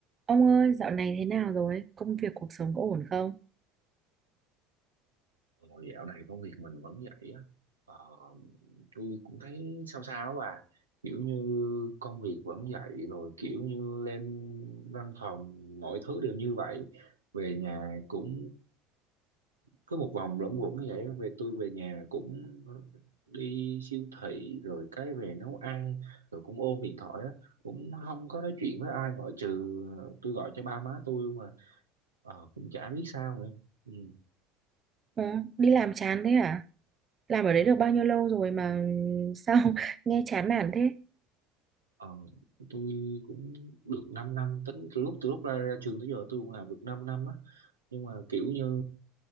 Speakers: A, on the right; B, on the right.
A: Ông ơi, dạo này thế nào rồi? Công việc cuộc sống có ổn không?
B: Ờ, dạo này công việc mình vẫn vậy á ờ, tôi cũng thấy sao sao á bà kiểu như công việc vẫn vậy rồi kiểu như lên văn phòng mọi thứ đều như vậy về nhà cũng cứ một vòng luẩn quẩn như vậy về tôi về nhà cũng đi siêu thị rồi cái về nấu ăn rồi cũng ôm điện thoại á cũng không có nói chuyện với ai ngoại trừ tôi gọi cho ba má tôi mà ờ, cũng chả biết sao nữa ừ.
A: Ờ, Đi làm chán thế à? Làm ở đấy được bao nhiêu lâu rồi mà sao <laughs> nghe chán nản thế?
B: Ờ, tôi cũng được 5 năm năm, tính từ lúc từ lúc ra, ra trường tới giờ tôi cũng làm được 5 năm á nhưng mà kiểu như